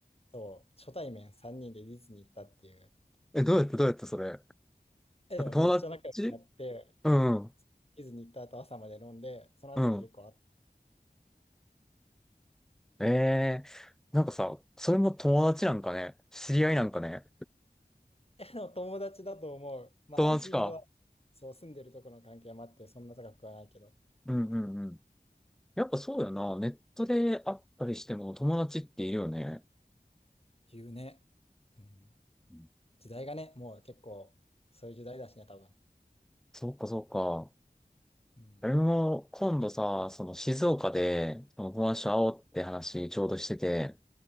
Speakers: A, on the left; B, in the centre.
A: そう、初対面3人でディズニー行ったっていう。
B: え、どうやってどうやってそれ。やっ
A: え、
B: ぱ友達
A: でもめっちゃ仲良くなって、
B: うん、
A: ディズニー行った後朝まで飲んで、その後も結構あって、
B: うん。ええー、なんかさ、それも友達なんかね、知り合いなんかね。
A: <laughs> えでも友達だと思う。まあ、
B: 友達か。
A: 会う頻度は、そう、住んでるとこの関係もあって、そんな高くはないけど。っ
B: うんうんうん。やっぱそうだよな。ネットで会ったりしても友達っているよね。
A: ていうね。うん。
B: うん
A: 時代がね、もう結構、そういう時代だしね、多分。
B: そっかそっか。
A: うん。
B: 俺も今度さ、その静岡で、その友達と会おうって話ちょうどしてて、